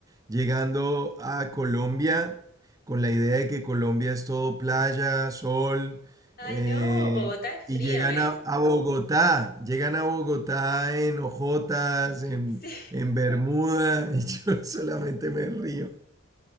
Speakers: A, on the right; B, on the left.
A: llegando a Colombia con la idea de que Colombia es todo playa, sol,
B: Ay,
A: eh,
B: no, Bogotá es
A: y
B: frío,
A: llegan
B: ¿eh?
A: a, a Bogotá, llegan a Bogotá en ojotas, en,
B: Sí,
A: en Bermuda, <laughs> y yo solamente me río.